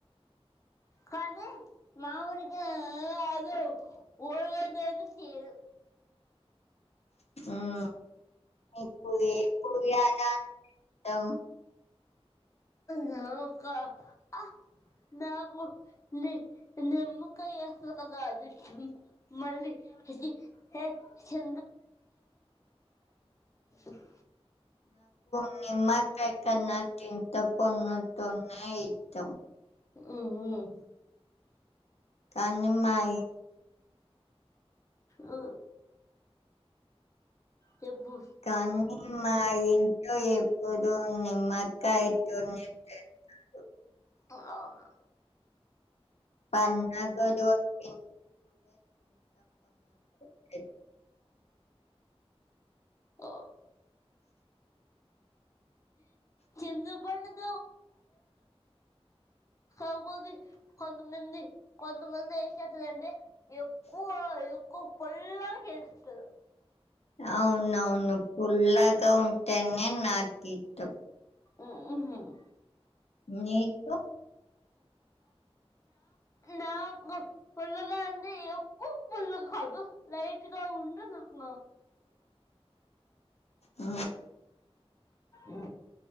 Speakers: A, on the left; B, on the left.
A: కాని మామడికాయా గాదు ఓవర్ చేతికి ఇయడు
B: ఆహా మీకు ఎకు <inaudible> ఎం మ్
A: గా ఒక ఆ నాకు ని నిమ్మకాయ వస్తకద అదిష్టమీ మళ్ళీ చి ఛీ <unintelligible> <inaudible>
B: <inaudible> <unintelligible>
A: ఉమ్
B: కన్నమ్మయి
A: ఆ చెప్పు
B: కానీ మా ఇంట్లో ఎప్పుడు నిమ్మకాయ తోని చేస్తారు
A: అవున
B: పండగ రోజు <inaudible> <unintelligible>
A: ఆ చెందు పణ <inaudible> కాకపోతే కొంత మంది కొంత మంది ఏం చేస్తారంటే ఎక్కువ ఎక్కువ ఫల్లా హారు
B: అవునవును పుల్లాగా ఉంటేనే నాకు ఇతం
A: ఉమ్
B: నీకు
A: నాకు పుల్లగా అంటే ఎక్కువ పుల్లగా గా కాదు లైట్ గా ఉండ నాకు
B: ఆ
A: ఉ